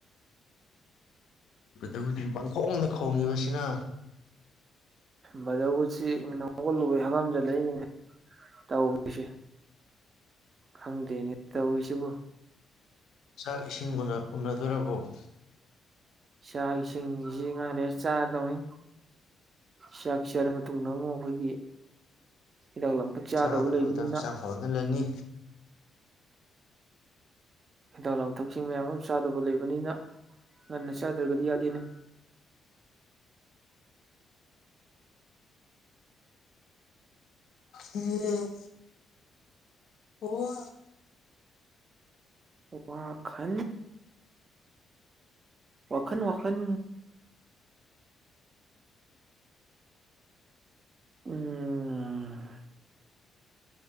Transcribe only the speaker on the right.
ꯕꯗꯧꯒꯠꯁꯤ ꯅꯍꯧꯒꯠꯂꯨꯕꯩ ꯍꯪꯉꯝꯖꯤꯜꯂꯛꯏꯅꯤꯅꯦ ꯇꯧꯕꯣꯏꯁꯦ ꯈꯪꯗꯦꯅꯦ ꯇꯧꯋꯤꯁꯤꯕꯨ
ꯆꯥꯛ ꯏꯁꯤꯡꯁꯤ ꯉꯥꯡ ꯂꯩꯦ ꯆꯥꯗꯧꯅꯤ ꯆꯥꯛ ꯆꯥꯔꯕ ꯃꯇꯨꯡꯗ ꯑꯃꯨꯛ ꯑꯩꯈꯣꯏꯒꯤ ꯍꯤꯗꯥꯛ ꯂꯥꯡꯊꯛ ꯆꯥꯗꯕ
ꯂꯩꯕꯅꯤꯅ
ꯍꯤꯗꯥꯛ ꯂꯥꯡꯊꯛꯁꯤꯡ ꯃꯌꯥꯝ ꯑꯃ ꯆꯥꯗꯕ ꯂꯩꯕꯅꯤꯅ ꯉꯟꯅ ꯆꯥꯗ꯭ꯔꯒꯗꯤ ꯌꯥꯗꯦꯅꯦ
ꯋꯥꯈ ꯋꯥꯈꯟ ꯋꯥꯈꯟ ꯎꯝ